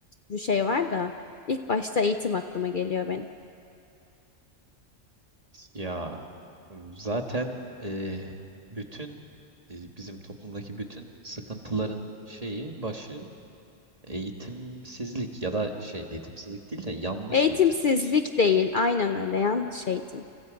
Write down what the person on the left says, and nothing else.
bir şey var da ilk başta eğitim aklıma geliyor benim.
Eğitimsizlik
değil, aynen öyle yanlış eğitim.